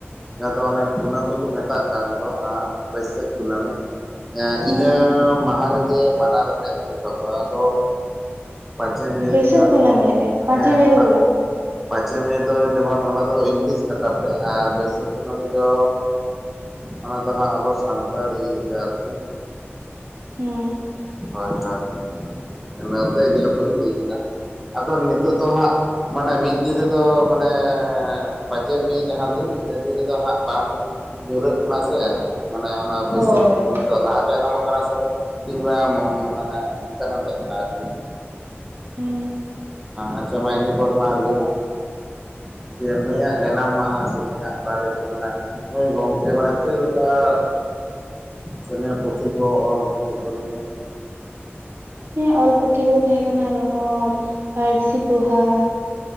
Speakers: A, in the centre; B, on the right.
A: ᱡᱟᱦᱟᱸ ᱫᱚ ᱚᱱᱮ ᱠᱩᱱᱟᱹᱢᱤ ᱠᱚ ᱢᱮᱛᱟᱜ ᱠᱟᱱ ᱫᱚ ᱵᱟᱹᱭᱥᱟᱹᱠᱷ ᱠᱩᱱᱟᱹᱢᱤᱼᱼ ᱮᱸ
B: ᱦᱩᱸ
A: ᱤᱱᱟᱹ ᱢᱟᱦᱟ ᱨᱮᱜᱮ ᱢᱟᱱᱟᱣ ᱞᱮᱠᱷᱟᱱ ᱫᱚ ᱡᱚᱛᱷᱟᱛ-ᱟ ᱟᱫᱚᱼᱼ ᱯᱟᱸᱪᱮᱭ ᱢᱮᱭ
B: ᱵᱟᱹᱭᱥᱟᱹᱠᱷ
A: ᱨᱮᱫᱚ
B: ᱠᱩᱱᱟᱹᱢᱤ
A: ᱡᱮᱢᱚᱱ
B: ᱨᱮ ᱯᱟᱸᱪᱮ
A: ᱦᱮᱸ
B: ᱢᱮ
A: ᱚᱱᱟᱼᱼ
B: ᱨᱮᱫᱚ ᱵᱟᱝ
A: ᱯᱟᱸᱪᱮ ᱢᱮᱭ ᱫᱚ ᱡᱮᱢᱚᱱ ᱚᱱᱟ ᱫᱚ ᱤᱝᱞᱤᱥ ᱠᱟᱛᱷᱟ ᱛᱮ ᱟᱨ ᱵᱟᱹᱭᱥᱟᱹᱠᱷ ᱠᱩᱱᱟᱹᱢᱤ ᱫᱚᱼᱼ ᱚᱱᱟ ᱫᱚ ᱦᱟᱸᱜ ᱟᱵᱚ ᱥᱟᱱᱛᱟᱲ ᱤᱭᱟᱹᱛᱮ ᱟᱨᱠᱤ᱾
B: ᱦᱮᱸ᱾
A: ᱦᱚᱭ ᱦᱚᱭ ᱚᱱᱟ ᱛᱮ ᱤᱱᱟᱹ ᱠᱟᱛᱷᱟ ᱫᱚᱧ ᱞᱟᱹᱭ ᱠᱮᱫᱟ ᱟᱫᱚ ᱱᱤᱛᱚᱜ ᱫᱚ ᱦᱟᱸᱜᱼᱼ ᱢᱟᱱᱮ ᱢᱤᱫ ᱫᱤᱱ ᱨᱮ ᱫᱚ ᱢᱟᱱᱮᱻ ᱯᱟᱸᱪ ᱢᱮᱭ ᱡᱟᱦᱟᱸ ᱫᱤᱱ ᱤᱱᱟᱹ ᱫᱤᱱ ᱨᱮ ᱫᱚ ᱦᱟᱸᱜ ᱵᱟᱝᱼᱼ ᱧᱩᱨᱟᱹᱜ ᱠᱟᱱᱟ ᱥᱮ ᱢᱟᱱᱮ ᱚᱱᱟ ᱵᱟᱹᱭᱥᱟᱹᱠᱷ
B: ᱦᱳᱭ
A: ᱠᱩᱱᱟᱹᱢᱤ
B: ᱦᱳᱭ
A: ᱫᱚ ᱞᱟᱦᱟ ᱛᱟᱭᱱᱟᱢᱚᱜ ᱠᱟᱱᱟ ᱥᱮ? <unintelligible> ᱢᱟᱱᱮ ᱦᱟᱱᱛᱮ ᱱᱟᱱᱛᱮ ᱠᱟᱱᱟ ᱟᱨ ᱠᱤᱼᱼ
B: ᱦᱩᱸ
A: ᱟᱪᱪᱷᱟ ᱢᱟ ᱤᱱᱟᱹ ᱯᱚᱨ ᱢᱟ ᱞᱟᱹᱭ ᱢᱮ ᱡᱮ ᱱᱩᱭᱟᱜ ᱡᱟᱱᱟᱢ ᱢᱟᱦᱟ ᱥᱮ ᱱᱩᱭᱟᱜ ᱵᱟᱨᱮ ᱛᱮ ᱢᱟᱱᱮ᱾ ᱱᱚᱩᱭ ᱜᱚᱝᱠᱮ ᱢᱟᱱᱮ ᱪᱮᱫ ᱞᱮᱠᱟᱭ᱾ ᱥᱮ ᱯᱩᱛᱷᱤ ᱠᱚ ᱚᱞ ᱯᱩᱛᱷᱤ ᱠᱚ ᱱᱤᱭᱮ
B: ᱱᱩᱭ ᱟᱜ ᱚᱞ ᱯᱩᱛᱷᱤ ᱠᱚ ᱫᱚ ᱛᱟᱦᱮᱸ ᱠᱟᱱᱟ ᱨᱚᱱᱚᱲ ᱯᱟᱹᱨᱥᱤ ᱯᱚᱦᱟ᱾